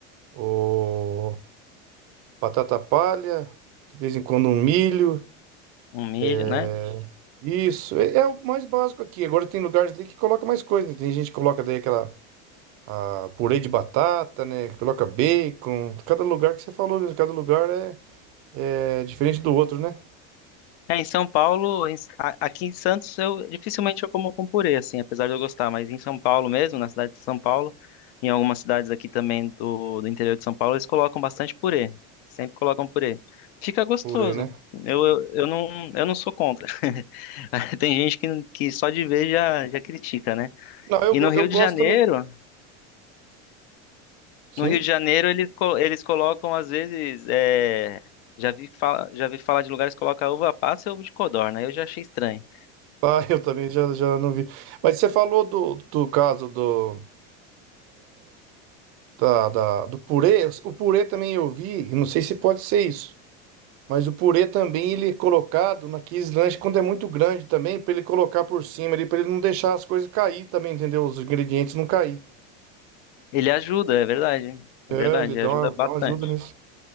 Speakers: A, on the right; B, on the left.
A: o batata palha, de vez em quando um milho.
B: Um milho,
A: é,
B: né?
A: Isso, é, é o mais básico aqui. Agora tem lugares ali que coloca mais coisa, né? Tem gente que coloca daí aquela ah, purê de batata, né? Coloca bacon. Cada lugar que você falou, mesmo, cada lugar é, é diferente do outro, né?
B: É, em São Paulo, em- a- aqui em Santos, eu dificilmente eu como com purê, assim, apesar de eu gostar, mas em São Paulo mesmo, na cidade de São Paulo, em algumas cidades aqui também do, do interior de São Paulo, eles colocam bastante purê. Sempre colocam purê. Fica gostoso.
A: Purê, né?
B: Eu, eu, eu não, eu não sou contra. <laughs> Tem gente que, que só de ver já, já critica, né?
A: Não, eu,
B: E
A: go-
B: no Rio
A: eu
B: de
A: gosto
B: Janeiro,
A: também. Sim.
B: no Rio de Janeiro eles, co- eles colocam às vezes, é, já vi, fala, já vi falar de lugares que colocam uva passa e ovo de codorna. Eu já achei estranho.
A: Ah, <laughs> eu também já, já não vi. Mas você falou do, do caso do, da, da- do purê. O purê também eu vi, e não sei se pode ser isso. Mas o purê também ele é colocado naqueles lanches quando é muito grande também, pra ele colocar por cima ali, pra ele não deixar as coisas cair também, entendeu? Os ingredientes não cair.
B: Ele ajuda, é verdade.
A: É,
B: É verdade,
A: ele dá
B: ele ajuda
A: uma,
B: bastante.
A: dá uma ajuda nisso,